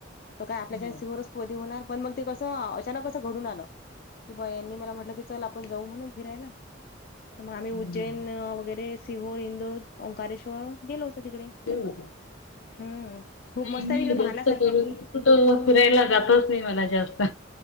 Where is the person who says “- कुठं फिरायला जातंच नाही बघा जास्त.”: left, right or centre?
Left